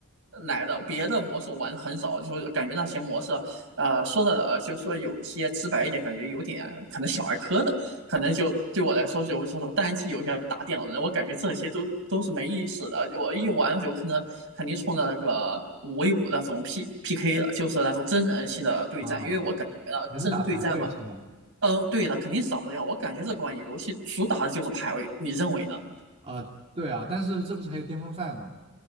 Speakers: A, on the right; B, on the right.
A: 来的，别的模式我玩的很少，就感觉那些模式，呃，说的呃，就说有一些直白一点，感觉有点可能小儿科的，可能就对我来说有时候单机游戏打电脑人，我感觉这些都都是没意思的。我一玩就可能肯定冲着那个五 v 五那种 P P K 的，就是那种真人性的对战，
B: 啊，
A: 因为我感觉到真人对战
B: 也是打排位是吧？
A: 嗯，对的，肯定少不掉。我感觉这款游戏主打的就是排位，你认为呢？
B: 啊，对啊，但是这不是还有巅峰赛吗？